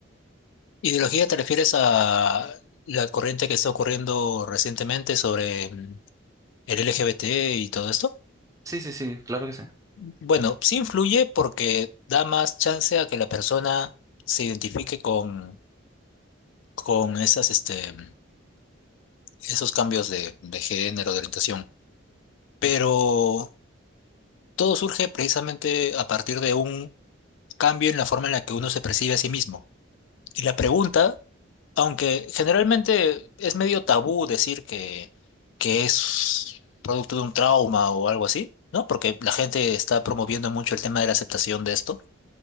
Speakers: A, on the left; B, on the right.
A: Ideología, ¿te refieres a la corriente que está ocurriendo recientemente sobre... mm, el LGBT y todo esto?
B: Sí, sí, sí, claro que sí.
A: Bueno, sí influye porque da más chance a que la persona se identifique con, con esas, este, esos cambios de, de género, de orientación. Pero todo surge precisamente a partir de un cambio en la forma en la que uno se percibe a sí mismo. Y la pregunta, aunque generalmente es medio tabú decir que, que es producto de un trauma o algo así, ¿no? Porque la gente está promoviendo mucho el tema de la aceptación de esto